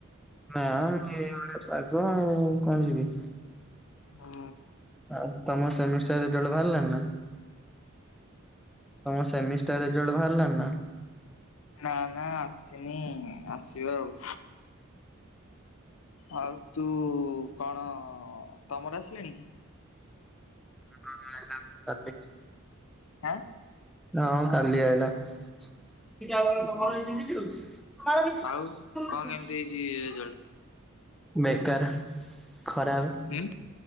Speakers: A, in the centre; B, on the left.
A: ନା ଏଇଭଳିଆ ପାଗ ଆଉ କଣ ଯିବି।
B: ହୁଁ।
A: ଆଉ ତମ ସେମିଷ୍ଟାରରେଜଲଟ ବାହାରିଲଣି ନା। ତମ ସେମିଷ୍ଟାର ରେଜଲ୍ଟ ବାହାରିଲାଣି ନା।
B: ନା ନା ଆସିନି ଆସିବ ଆଉ। ଆଉ ତୁ କଣ ତମର ଆସିଲାଣିକି।
A: <unintelligible>
B: ଆଁ।
A: ହଁ କାଲି ଆଇଲା। <unintelligible>
B: ଓହୋ ଆଉ କଣ <unintelligible>
A: ବେକାର ଖରାପ।
B: ଉଁ।